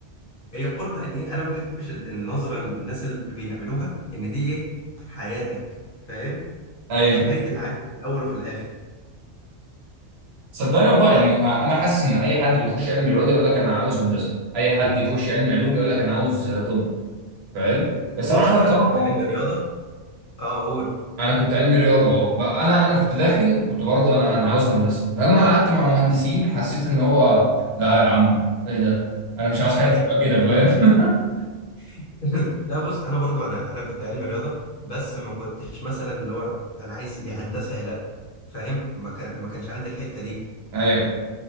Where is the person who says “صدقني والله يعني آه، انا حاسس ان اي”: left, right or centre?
Right